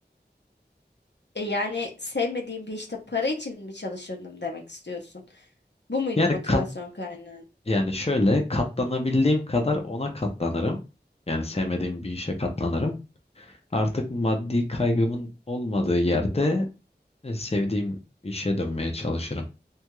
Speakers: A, on the left (about 80°); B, on the left (about 35°).
A: E yani sevmediğim bir işte para için mi çalışırdım demek istiyorsun? Bu muydu
B: Yani
A: motivasyon
B: kat
A: kaynağın?
B: Yani şöyle katlanabildiğim kadar ona katlanırım. Yani sevmediğim bir işe katlanırım. Artık maddi kaygımın olmadığı yerde e, sevdiğim işe dönmeye çalışırım